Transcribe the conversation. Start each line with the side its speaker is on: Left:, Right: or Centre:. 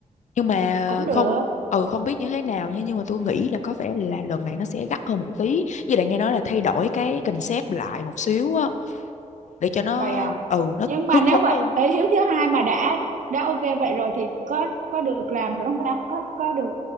Left: nhưng mà
Right: cũng được
Left: không ừ không biết như thế nào nha nhưng mà tôi nghĩ là có vẻ là lần này nó sẽ gắt hơn một tí với lại nghe nói là thay đổi cái concept lại một xíu á để cho nó
Right: vậy à
Left: ừ nó
Right: nhưng
Left: hứng
Right: mà nếu
Left: thú
Right: vậy
Left: hơn
Right: ấy Hiếu thứ hai mà đã đã ok vậy rồi thì có có được làm nữa không ta có có được